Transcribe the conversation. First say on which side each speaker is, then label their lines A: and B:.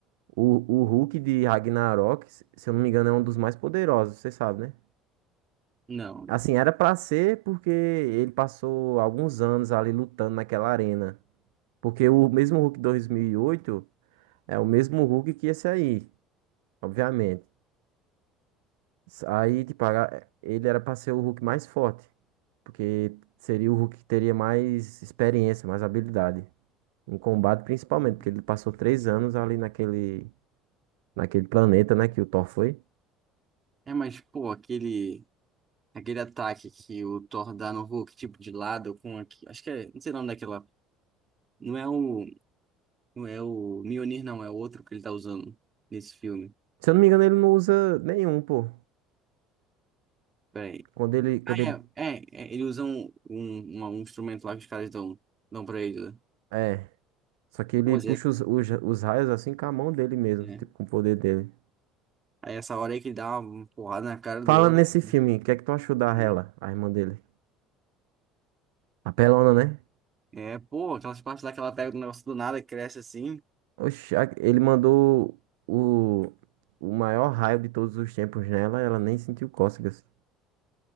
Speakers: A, on the right; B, on the right.
A: o, o Hulk de Ragnarok, se eu não me engano, é um dos mais poderosos, você sabe, né?
B: Não.
A: Assim, era pra ser porque ele passou alguns anos ali lutando naquela arena. Porque o mesmo Hulk 2008 é o mesmo Hulk que esse aí, obviamente. Aí, tipo, a- ele era pra ser o Hulk mais forte, porque seria o Hulk que teria mais experiência, mais habilidade. Em combate, principalmente,
B: Hum.
A: porque ele passou três anos ali naquele, naquele planeta, né? Que o Thor foi.
B: É, mas, pô, aquele... Aquele ataque que o Thor dá no Hulk, tipo, de lado, com aqui. Acho que é. Não sei o nome daquela. Não é o. Não é o Mjolnir, não, é o outro que ele tá usando nesse filme.
A: Se eu não me engano, ele não usa nenhum, pô.
B: Peraí.
A: Quando ele, quando
B: Ah,
A: ele,
B: é, é, é, Ele usa um, um, uma- um instrumento lá que os caras dão, dão pra ele. né?
A: é. Só que ele
B: Pô,
A: puxa
B: Zé,
A: os, os, os raios assim com a mão dele mesmo,
B: é.
A: tipo, com o poder dele.
B: Aí essa hora aí que ele dá uma porrada na cara
A: Fala
B: do outro.
A: nesse
B: cara.
A: filme, o que é que tu achou da
B: E-
A: Hela, a irmã dele? A pelona, né?
B: É, pô, aquelas partes lá que ela pega do negócio do nada, cresce assim.
A: Oxe, a- ele mandou o, o maior raio de todos os tempos nela, ela nem sentiu cócegas.